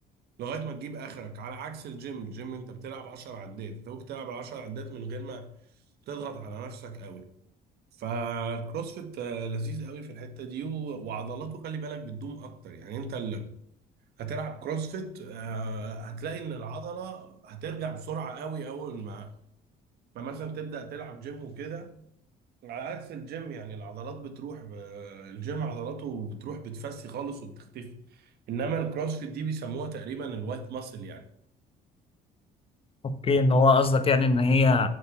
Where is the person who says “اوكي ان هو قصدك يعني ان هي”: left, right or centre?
Left